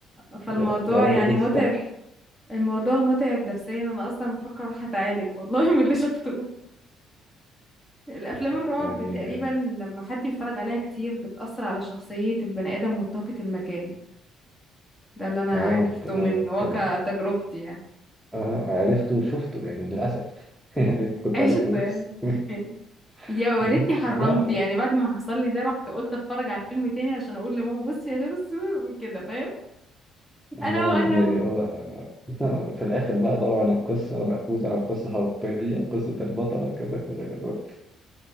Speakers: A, on the left; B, in the centre.
A: فالموضوع
B: يا يا رب
A: يعني
B: تنسي
A: متعب
B: تحكي
A: الموضوع متعب نفسيا انا اصلا بفكر اروح اتعالج والله من اللي شفته الافلام
B: طب
A: الرعب
B: يعني
A: تقريبا لما حد بيتفرج عليها كتير بتأثر على شخصية البني ادم وطاقة المكان ده اللي انا
B: آه
A: عرفته
B: كان
A: من واقع
B: كان
A: تجربتي يعني
B: اه عرفته وشفته يعني للأسف <laughs> يا ريت كنت
A: عشت
B: عرفته
A: يعني
B: بس <laughs>
A: <laughs> يا وريتني
B: ماشي
A: حرمت
B: لا
A: يعني بعد ما حصل لي ده رحت قلت اتفرج على الفيلم تاني عشان اقول لماما بصي يا بصي وكده فاهم
B: اه
A: انا هو انا
B: يعني
A: هو
B: هو آه، في الآخر بقى طبعا القصة مأخوذة عن قصة حقيقية قصة البطلة كذا كذا كذا